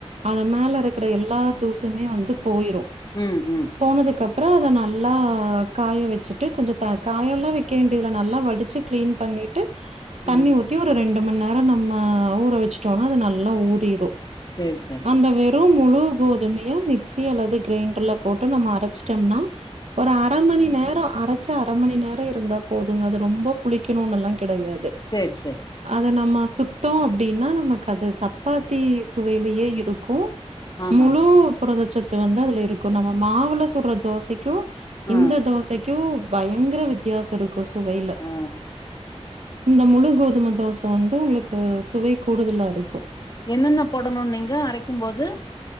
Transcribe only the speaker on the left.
ம் ம்
ம்
சேர் சரி
சேர் சரி
ஆஹா
ஆ
அ
என்னென்ன போடனுன்னீங்க அரைக்கும் போது